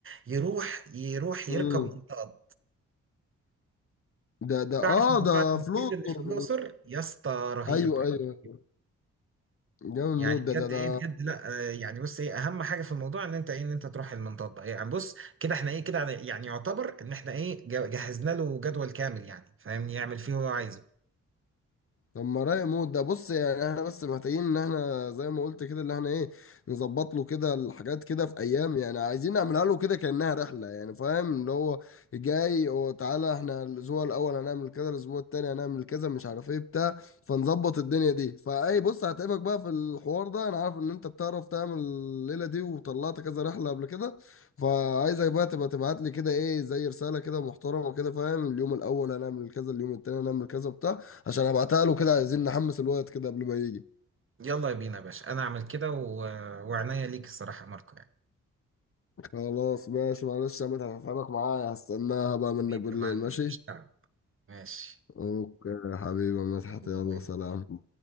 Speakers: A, on the right (about 40°); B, on the left (about 45°).
A: يروح يروح يركب
B: امم
A: منطقة
B: ده ده
A: تعرف
B: اه
A: موضوع
B: ده
A: المبيد
B: فلوتر
A: اللي في الأقصر يا اسطى رهيب
B: ايوه
A: رهيب.
B: ايوه جامد
A: يعني
B: موت
A: بجد
B: ده ده
A: ايه
B: ده
A: بجد لا آه، يعني بص ايه اهم حاجه في الموضوع ان انت ايه ان انت تروح المنطقه إيه يعني بص كده احنا ايه كده يعني يعتبر ان احنا ايه ج- جهزنا له جدول كامل يعني فاهمني يعمل فيه هو عايزه
B: طب ما رايق موت ده بص يعني احنا بس محتاجين ان احنا زي ما قلت كده اللي احنا ايه نظبط له كده الحاجات كده في ايام يعني عايزين نعملها له كده كانها رحله يعني فاهم اللي هو جاي وتعالى احنا الاسبوع الاول هنعمل كذا الاسبوع التاني هنعمل كذا مش عارف ايه بتاع فنظبط الدنيا دي فاي بص هتعبك بقى في الحوار ده انا عارف ان انت بتعرف تعمل الليله دي وطلعت كذا رحله قبل كده فعايزك بقى تبقى تبعت لي كده ايه زي رساله كده محترمه كده فاهم اليوم الاول هنعمل كذا اليوم التاني هنعمل كذا بتاع عشان ابعتها له كده عايزين نحمس الوقت كده قبل ما يجي
A: يلا يا بينا يا باشا انا اعمل كده و... وعنايا ليك الصراحه يا ماركو يعني
B: خلاص ماشي معلش يا مدحت هفهمك معايا هستناها بقى منك
A: حبيبي
B: بالليل
A: يا معلم
B: ماشي
A: مفيش تعب ماشي
B: اوكي يا حبيبي يا مدحت
A: يلا
B: يلا
A: باي باي
B: سلام